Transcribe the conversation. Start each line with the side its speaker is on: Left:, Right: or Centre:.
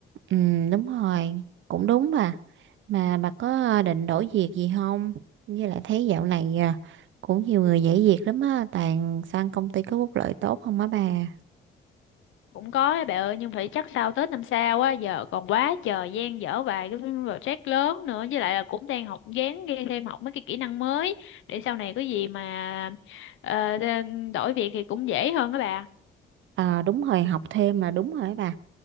Right: Ừ, đúng rồi, cũng đúng bà. Mà bà có định đổi việc gì không? Với lại thấy dạo này à, cũng nhiều người nhảy việc lắm á, toàn sang công ty có phúc lợi tốt không á bà.
Left: cũng có á bà ơi nhưng phải chắc sau Tết năm sau á giờ còn quá trời dang dở vài cái project lớn nữa với lại là cũng đang học gán ghi thêm học mấy cái kỹ năng mới để sau này có gì mà ờ, đe- đổi việc thì cũng dễ hơn các bà
Right: À, đúng rồi, học thêm là đúng rồi á bà.